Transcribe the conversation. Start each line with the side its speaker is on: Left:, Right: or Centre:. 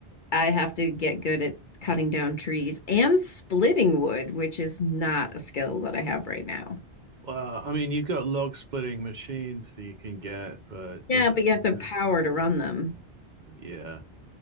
Left: I have to get good at cutting down trees and splitting wood, which is not a skill that I have right now.
Right: Well, I mean, you've got log splitting machines that you can get, but
Left: Yeah,
Right: those,
Left: but you have
Right: yeah,
Left: the power to run them.
Right: yeah.